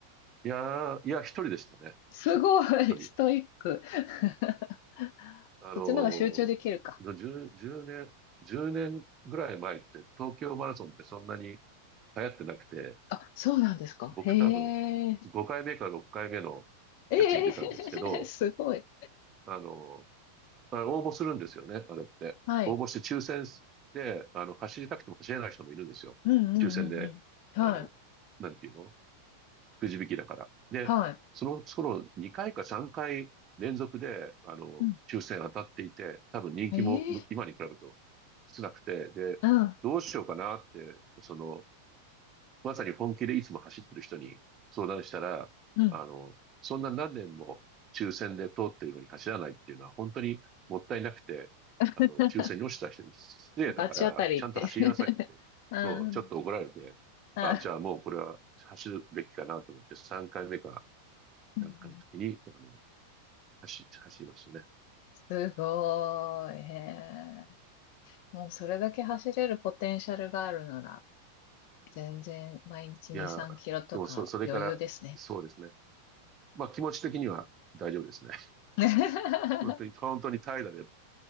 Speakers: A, on the right (about 30°); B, on the left (about 45°).
A: いやー、いや、一人でしたね。
B: すごい、
A: 一人。
B: ストイック。<laughs>
A: あの、
B: そっちの方が集中できるか。
A: 10、10年、1年ぐらい前って東京マラソンってそんなに流行ってなくて、
B: あ、そうなんですか。
A: 僕多分
B: へえ。
A: 5回目か6回目のやつに出たんですけど、
B: ええ <laughs> すごい。
A: あの、あれ応募するんですよね、あれって。
B: はい。
A: 応募して抽選で、あの、走りたくても走れない人もいるんですよ。
B: うんうんうんうん。
A: 抽選で、あの、
B: はい。
A: なんていうのくじ引きだから。で、
B: はい。
A: その頃2回か3回連続で、あの、
B: うん。
A: 抽選当たっていて、多分人気もむ今に比べると
B: ええ
A: 少なくて、で、
B: うん。
A: どうしようかなって、その、まさに本気でいつも走ってる人に相談したら、
B: うん。
A: あの、そんな何年も抽選で通っているのに走らないっていうのは本当にもったいなくて、
B: <laughs>
A: あの、抽選に落ちた人に失礼だから、
B: 罰当たりって
A: ちゃんと走りなさいって、
B: <laughs> うん。
A: そう、ちょっと怒られて、
B: あ、
A: あ、じゃあもうこれは走るべきかなと思って3回目か
B: うんうん
A: なんかの時に、あの、走、走りましたね。
B: すごい。へえ。もうそれだけ走れるポテンシャルがあるなら、全然毎日2、
A: いやー、
B: 3キロとか余裕ですね。
A: でもそ、それから、そうですね。まあ気持ち的には大丈夫ですね。
B: <laughs>
A: 本当に、本当に怠惰で、